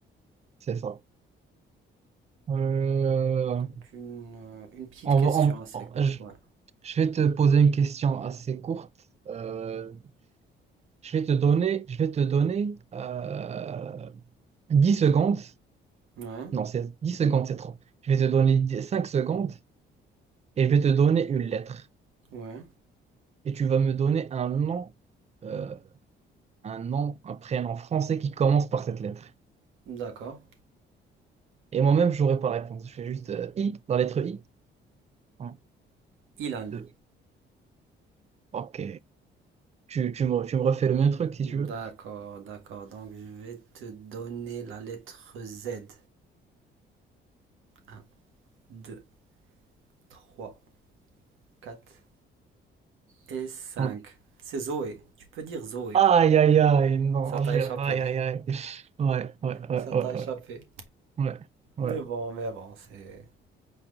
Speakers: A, on the right; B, on the right.
A: c'est ça. Euh,
B: Donc une, euh, une petite
A: on
B: question
A: va- on-
B: assez
A: on-
B: courte,
A: je,
B: ouais.
A: je vais te poser une question assez courte. Euh, je vais te donner, je vais te donner euh, 10 secondes
B: Ouais,
A: Non, c'est 10 secondes, c'est trop. Je vais te donner 5 secondes et je vais te donner une lettre.
B: ouais,
A: Et tu vas me donner un nom, euh, un nom, un prénom français qui commence par cette lettre.
B: d'accord.
A: Et moi-même, je n'aurai pas la réponse. Je fais juste euh, I, la lettre I. Un,
B: Ilan.
A: deux, ok. Tu, tu me, tu me refais le même truc si
B: D'accord,
A: tu veux.
B: d'accord. Donc je vais te donner la lettre Z. Un, deux, trois, quatre et cinq.
A: Un.
B: C'est Zoé. Tu peux dire Zoé.
A: Aïe, aïe, aïe, non,
B: Ça t'a
A: j'ai-
B: échappé.
A: aïe, aïe, aïe. Ouais, ouais, ouais,
B: Ça t'a
A: ouais,
B: échappé.
A: ouais, ouais. ouais.
B: Mais bon, mais bon, c'est...